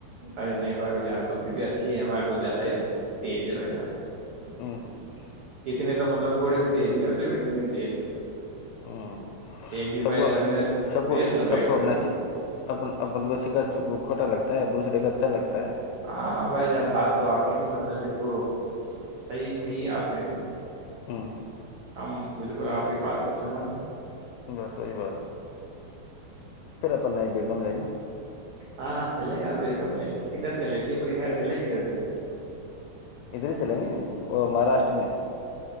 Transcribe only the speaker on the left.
ہوں
ہ
سب
کو
سب
کو
سب
کو اپنا
س اپ اپن کو سھا کھوٹا لگتا دوسے کا اچھا لگتا ہے
ہاں
بس وہی نہیں بی گم لے
ادھر ہی چلیںے وہ مہاراشٹر میں